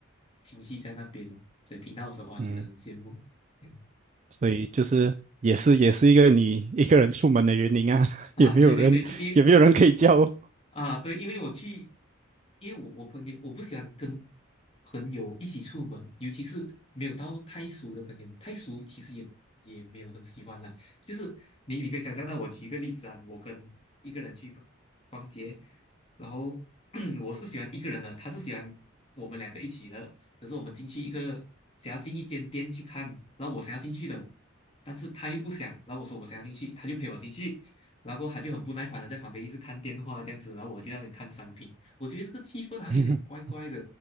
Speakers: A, on the left; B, on the right.
A: 亲戚在那边，所以听到的时候哇，觉得很羡慕这样子
B: 嗯，所以就是也是也是一个你一个人出门的原因啊，<laughs>
A: 啊，
B: 也没有人也没有人可以叫哦。
A: 对对对，因为啊，对，因为我去，因为我我朋友我不喜欢跟朋友一起出门，尤其是没有到太熟的朋友，太熟其实也也没有很喜欢啦。就是你你可以想象到，我举一个例子啊，我跟一个人去逛逛街，然后 <coughs> <clears throat> 我是喜欢一个人的，他是喜欢我们两个一起的。可是我们进去一个想要进一间店去看，然后我想要进去的，但是他又不想，然后我说我想要进去，他就陪我进去。然后他就很不耐烦的在旁边一直看电话这样子，然后我就在那边看商品，我觉得这个气氛好像有点怪怪的，
B: <laughs>